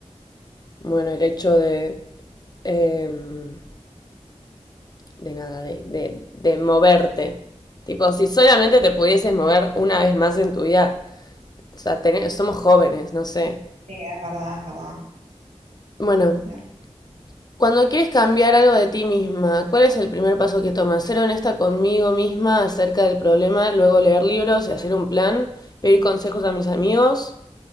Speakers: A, on the left; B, on the right.
A: bueno, el hecho de, em, de nada, de, de, de moverte. Tipo, si solamente te pudieses mover una vez más en tu vida, o sea, tené- somos jóvenes, no sé.
B: Sí, es verdad, es verdad.
A: Bueno,
B: Mer-
A: cuando quieres cambiar algo de ti misma, ¿cuál es el primer paso que tomas? Ser honesta conmigo misma acerca del problema, luego leer libros y hacer un plan, pedir consejos a mis amigos.